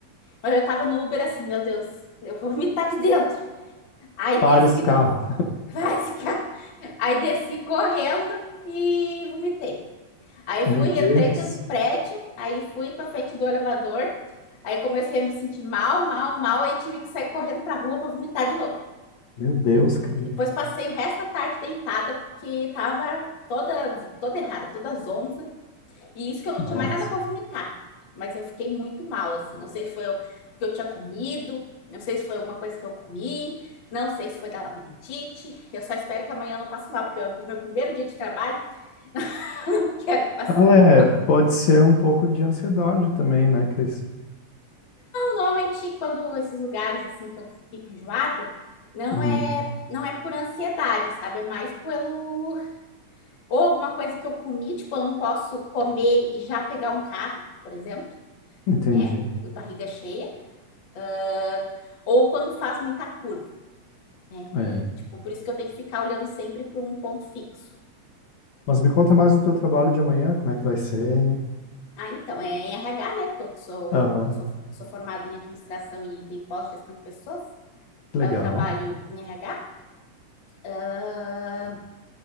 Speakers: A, on the left; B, on the left.
A: mas eu tava no Uber assim, meu Deus, eu vou vomitar aqui dentro. Aí
B: Para
A: desci
B: esse carro.
A: do... <laughs> Vai, esse cara. Aí desci correndo e vomitei. Aí
B: Meu
A: fui,
B: Deus.
A: entrei dentro do prédio, aí fui para frente do elevador, aí comecei a me sentir mal, mal, mal, aí tive que sair correndo para rua para vomitar de novo.
B: Meu Deus, Cris.
A: Depois passei o resto da tarde deitada porque tava toda toda errada, toda zonza, e isso que eu não
B: Nossa.
A: tinha mais nada para vomitar. Mas eu fiquei muito mal, assim, não sei se foi eu, porque eu tinha comido, não sei se foi alguma coisa que eu comi, não sei se foi da labirintite. Eu só espero que amanhã eu não passe mal, porque é o meu primeiro dia de trabalho, <laughs> não quero passar
B: É,
A: mal.
B: pode ser um pouco de ansiedade também, né, Cris?
A: Normalmente, quando esses lugares assim que eu fico enjoada, não
B: Uhum.
A: é, não é por ansiedade, sabe? É mais pelo ou alguma coisa que eu comi, tipo, eu não posso comer e já pegar um carro, por exemplo,
B: Entendi.
A: né? Barriga cheia, Ah, ou quando faz muita curva, né?
B: É.
A: Tipo, por isso que eu tenho que ficar olhando sempre para um ponto fixo.
B: Mas me conta mais do teu trabalho de amanhã, como é que vai ser?
A: Ah, então, é em RH, né? Porque eu sou,
B: Aham.
A: eu sou, eu sou formada em administração e tenho pós-gestão de pessoas.
B: Legal.
A: Eu trabalho em RH. Ah,